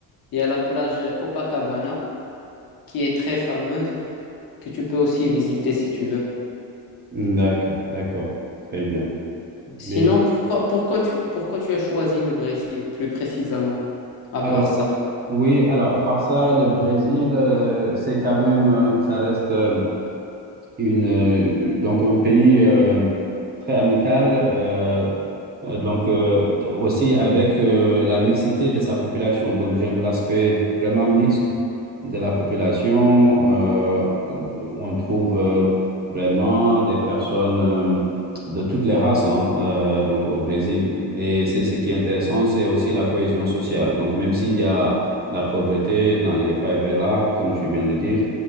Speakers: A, on the left; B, on the right.
A: il y a la plage Copacabana, qui est très fameuse, que tu peux aussi visiter si tu veux.
B: d'accord, d'accord. Très bien.
A: Sinon,
B: Mais-
A: pourquoi, pourquoi tu, pourquoi tu as choisi le Brésil plus précisément, à
B: alors,
A: part ça?
B: Oui, alors à part ça, le Brésil, euh, c'est quand même, euh, ça reste euh, une, euh, donc un pays euh, très amical, euh, euh, donc euh, t- aussi avec euh, la mixité de sa population. Donc j'aime l'aspect vraiment mixte de la population. euh, où on trouve euh, vraiment des personnes euh, de toutes les races, hein, euh, donc au Brésil. Et c'est ce qui est intéressant, c'est aussi la cohésion sociale. Donc même s'il y a de la pauvreté dans les favelas, comme tu viens de le dire,